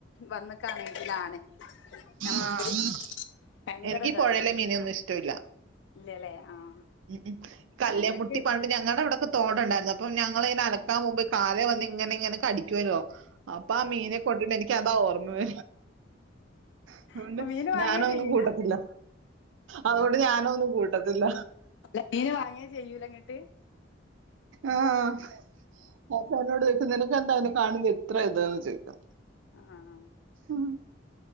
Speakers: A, on the left; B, on the right.
A: വന്ന കാണെങ്കിലാണ് നമുക്ക്
B: ആഹ്
A: ഭയങ്കരതാണ്
B: എനിക്ക് ഈ പൊഴേലെ
A: മീൻ
B: മീനൊന്നും ഇഷ്ടവില്ല
A: ഇല്ലല്ലേ ആഹ്
B: ഉം കല്
A: ഞങ്ങൾക്ക്
B: മുട്ടി പണ്ട് ഞങ്ങളുടെ അവിടെ തോട്ടണ്ടായിരുന്നു അപ്പൊ ഞങ്ങതിന അലക്കാൻ പോവുമ്പോ കാല വന്ന് ഇങ്ങനെ ഇങ്ങനെ കടിക്കുവല്ലോ അപ്പൊ ആഹ് മീന ണ്ട എനിക്കതാ ഓർമ്മേ അതുകൊണ്ട്
A: അപ്പൊ മീന് വാങ്ങേ
B: ഞാന അത്ഒന്നും
A: ചെയ്യൂല
B: കൂട്ടത്തില്ല. അതുകൊണ്ട് ഞാനൊന്നും കൂട്ടത്തില്ല.
A: മീന് വാങ്ങിയ ചെയ്യൂലങ്ങോട്ട്.
B: ആഹ് <unintelligible> എന്താ അതിനെ കാണമ്പ ത്ര ഇത്ന്ന് ചോദിക്കും.
A: ആഹ്
B: ഉം.